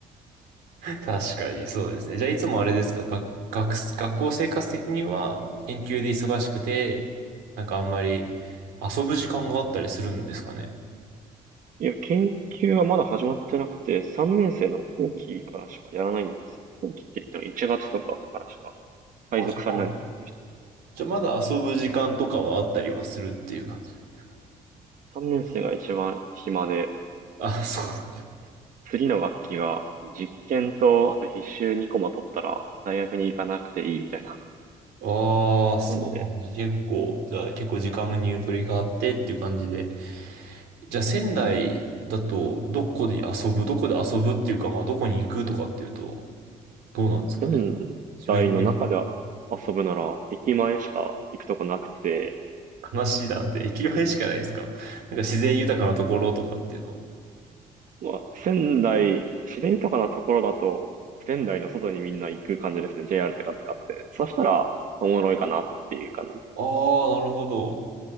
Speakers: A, on the right; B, on the right.
A: 確かにそうですね。じゃあいつもあれですか、学、学、学校生活的には研究で忙しくて、なんかあんまり遊ぶ時間があったりするんですかね。
B: いや、研究はまだ始まってなくて、3年生の後期からしかやらないんですよ。後期って言っても1月とかからしか配属されない研究室。
A: あ、そう。じゃあまだ遊ぶ時間とかはあったりはするっていう感じなんですかね。
B: 3年生が一番暇で、
A: あ、そうなんだ。
B: 次の学期が実験と、あと必修2コマ取ったら大学に行かなくていいみたいな
A: ああ、そうなんだ。
B: 感じで、
A: 結構、じゃあ結構時間にゆとりがあってっていう感じで。じゃあ仙台だと、どこで遊ぶ、どこで遊ぶっていうか、まあどこに行くとかっていうと、どうなんですかね。
B: 仙
A: 自分イメージ
B: 台の中で遊ぶなら駅前しか行くとこなくて、
A: 悲しいなって、駅前しかないですかなんか自然豊かなところとかっていうの。
B: まあ、仙台、自然豊かなところだと、仙台の外にみんな行く感じですね。JR とか使って。そしたら、おもろいかなっていう感じ。
A: ああ、なるほど。